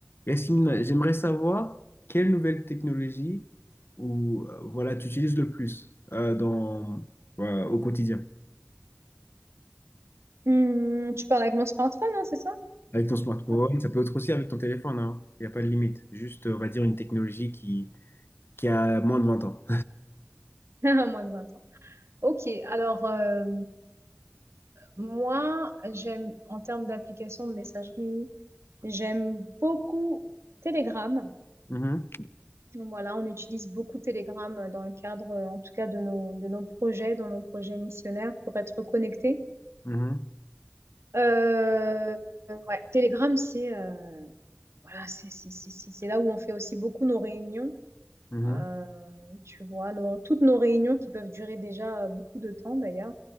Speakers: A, on the left; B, on the right.
A: Yacine, j'aimerais savoir quelle nouvelle technologie ou euh, voilà, tu utilises le plus euh, dans, voilà, au quotidien.
B: Hmm, tu parles avec mon smartphone, hein, c'est ça?
A: Avec ton smartphone,
B: <laughs>
A: ça peut être aussi avec ton téléphone, hein. Il n'y a pas de limite. Juste, on va dire, une technologie qui, qui a moins de 20 ans.
B: À moins de 20 ans. Ok, alors euh, moi, j'aime, en termes d'application de messagerie, j'aime beaucoup Telegram.
A: Mhm,
B: Voilà, on utilise beaucoup Telegram dans le cadre, euh, en tout cas, de nos, de nos projets, dans nos projets missionnaires pour être connectés.
A: mhm,
B: Euh, euh, ouais, Telegram, c'est euh, voilà, c'est c'est- c'est- c'est- c'est là où on fait aussi beaucoup nos réunions.
A: mhm.
B: Euh, tu vois, nos- toutes nos réunions qui peuvent durer déjà euh, beaucoup de temps d'ailleurs,